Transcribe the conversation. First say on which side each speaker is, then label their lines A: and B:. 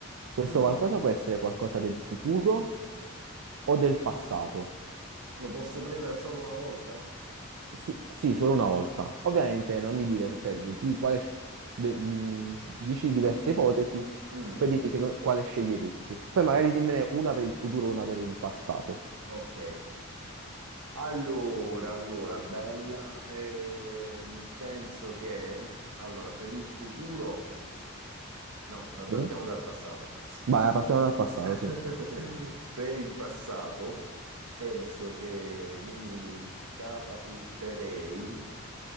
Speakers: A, on the right; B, on the right.
A: Questo
B: Mm.
A: qualcosa può essere qualcosa del futuro o del passato.
B: Lo posso premere solo una volta?
A: Sì, sì, solo una volta. Ovviamente non mi dire, cioè, tu quale, sc- de- mh, dici diverse ipotesi,
B: Mm.
A: poi dimmi secondo- quale sceglieresti. Poi magari dimmene una per il futuro e una per il passato.
B: Ok. Allora, allora, bella. ehm, penso che... Allora, per il futuro... No, eh, partiamo
A: Sì?
B: dal passato, anzi.
A: Vai, partiamo dal passato,
B: <laughs>
A: sì.
B: Per il passato penso che mi catapulterei